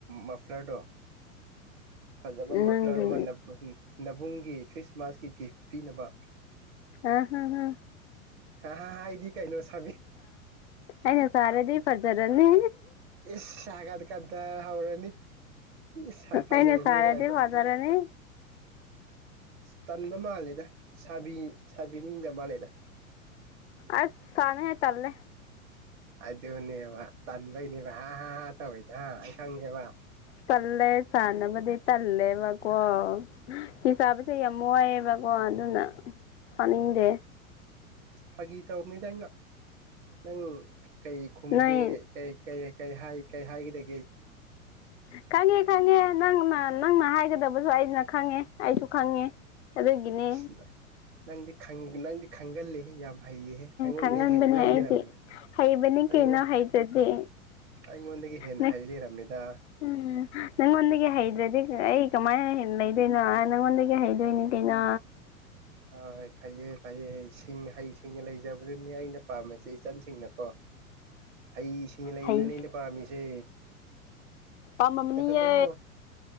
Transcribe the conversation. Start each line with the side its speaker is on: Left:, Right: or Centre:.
Right: ꯃꯐ꯭ꯂꯔꯗꯣ
Left: <inaudible>
Right: ꯐꯖꯕ ꯃꯐ꯭ꯂꯔ
Left: ꯅꯪꯒꯤ
Right: ꯑꯃ ꯅꯕꯨꯡꯒꯤ ꯈ꯭ꯔꯤꯁꯃꯥꯁꯀꯤ ꯒꯤꯐ ꯄꯤꯅꯕ
Left: ꯑꯝ ꯍꯝꯝ
Right: ꯍꯥ ꯍꯥ ꯏꯗꯤ ꯀꯥꯏꯅꯣꯁ
Left: ꯑꯩꯅ ꯁꯥꯔꯗꯤ ꯐꯖꯔꯅꯤ
Right: ꯏꯁꯒꯠ ꯀꯗ ꯍꯧꯔꯅꯤ ꯁꯥ ꯐꯖꯔꯅꯤ
Left: ꯑꯩꯅ ꯁꯥꯔꯗꯤ
Right: ꯀꯥꯏꯗ
Left: ꯐꯖꯔꯅꯤ
Right: ꯇꯟꯕ ꯃꯥꯜꯂꯦꯗ ꯁꯥꯕꯤ ꯁꯥꯕꯤꯅꯤꯡꯗꯕ ꯃꯥꯜꯂꯦꯗ
Left: ꯑꯁ ꯁꯅ ꯍꯥꯏ ꯆꯜꯂꯦ
Right: ꯑꯗꯨꯅꯦꯕ ꯇꯟꯕꯩꯅꯦꯕ ꯍꯥ ꯍꯥ ꯍꯥ ꯇꯧꯋꯤꯗ ꯍꯥ ꯑꯩ ꯈꯪꯉꯦꯕ
Left: ꯇꯜꯂꯦ ꯁꯅ ꯃꯗꯤ ꯇꯜꯂꯦ ꯃꯥꯀꯣ ꯍꯤꯁꯥ ꯌꯥꯝ ꯋꯥꯏꯑꯦꯕꯀꯣ ꯑꯗꯨꯅ ꯁꯥꯅꯤꯡꯗꯦ
Right: ꯐꯒꯤ ꯊ ꯑꯣꯅꯤꯗ ꯅꯪ ꯀꯩ ꯈꯨꯝꯒꯦ
Left: ꯅꯣꯏ
Right: ꯀꯩ ꯍꯥꯏꯒꯗ
Left: ꯈꯪꯉꯦ ꯈꯪꯉꯦ ꯅꯪꯅ ꯅꯪꯅ ꯍꯥꯏꯒꯗ ꯈꯪꯗꯕꯁꯨ ꯑꯩꯅ ꯈꯪꯉꯦ ꯑꯩꯁꯨ ꯈꯪꯉꯦ ꯑꯗꯨꯒꯤꯅꯤ
Right: ꯑꯁ ꯅꯪꯗꯤ ꯅꯪꯗꯤ ꯈꯪꯒꯜꯂꯤꯍꯦ ꯌꯥꯝ ꯍꯩꯌꯦꯍꯦ ꯑꯩꯉꯣꯟꯗ
Left: ꯈꯪꯒꯟꯕꯅꯦ
Right: ꯍꯦꯟꯅ ꯍꯩ
Left: ꯑꯩꯗꯤ
Right: ꯂꯩꯔꯝꯃꯤꯅ
Left: ꯍꯩꯕꯅꯤ
Right: ꯑꯩꯉꯣꯟ
Left: ꯀꯩꯅꯣ ꯍꯩꯇ꯭ꯔꯗꯤ
Right: ꯑꯩꯉꯣꯟꯗꯒꯤ ꯍꯦꯟꯅ
Left: ꯅꯪ
Right: ꯍꯩ ꯂꯩꯔꯝꯃꯤꯗ
Left: ꯎꯝ ꯅꯪꯉꯣꯟꯗꯒꯤ ꯍꯩꯗ꯭ꯔꯗꯤ ꯑꯩ ꯀꯃꯥꯏꯅꯟꯅ ꯂꯩꯗꯣꯏꯅꯣ ꯅꯪꯉꯣꯟꯗꯒꯤ ꯍꯩꯗꯣꯏꯅꯤ ꯀꯩꯅꯣ
Right: ꯍꯣꯏ ꯐꯩꯌꯦ ꯐꯩꯌꯦ ꯁꯤꯡ ꯍꯩ ꯁꯤꯡꯉ ꯂꯩꯖꯕꯗꯨꯅꯤ ꯑꯩꯅ ꯄꯥꯝꯃꯤꯁꯦ ꯏꯆꯟꯁꯤꯡꯅꯀꯣ ꯍꯩꯁꯤꯡꯅ ꯂꯩꯕꯗꯨꯅ
Left: ꯍꯩ
Right: ꯑꯩꯅ ꯄꯥꯝꯃꯤꯁꯦ
Left: ꯑꯃꯝꯅꯦ
Right: ꯅꯊꯟꯗꯔꯣ